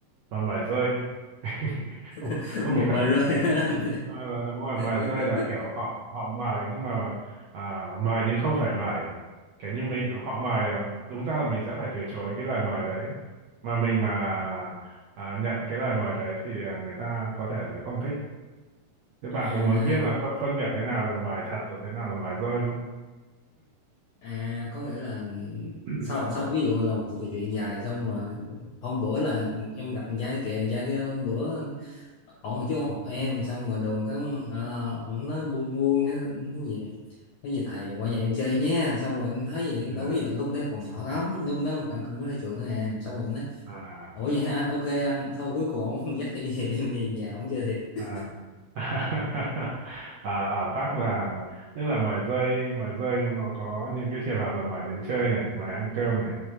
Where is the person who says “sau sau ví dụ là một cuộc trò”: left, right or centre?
Left